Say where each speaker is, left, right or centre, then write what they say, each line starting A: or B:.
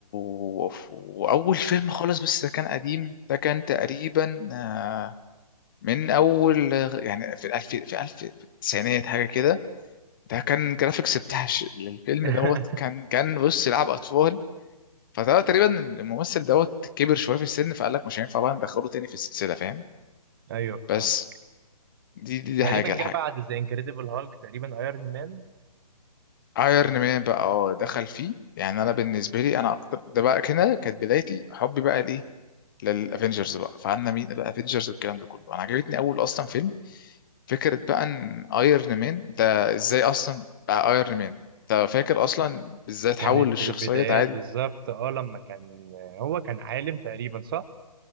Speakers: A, on the left; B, on the right.
A: واول فيلم خالص بس ده كان قديم ده كان تقريبا آه، من اول يعني في الالف في الف في التسعينات حاجه كده ده كان جرافيكس بتاع الش- للفيلم
B: <laughs>
A: دوت كان كان بص لعب اطفال فده تقريبا الممثل دوت كبر شويه في السن فقال لك مش هينفع بقى ندخله تاني في السلسله فاهم
B: ايوه
A: بس
B: فاهم
A: دي دي, دي
B: تقريبا
A: حاجه
B: جه
A: الحاجه
B: بعد ذا انكريدبل هالك تقريبا ايرون مان
A: ايرون مان بقى اه دخل فيه يعني انا بالنسبه لي انا اكتر ده بقى كده كانت بدايتي حبي بقى ليه للافنجرز بقى فعنا مين بقى افنجرز والكلام ده كله انا عجبتني اول اصلا فيلم فكره بقى ان ايرون مان ده ازاي اصلا بقى ايرون مان انت فاكر اصلا ازاي اتحول
B: كانت
A: للشخصيه
B: البدايات
A: عادي
B: بالظبط اه لما كان هو كان عالم تقريبا صح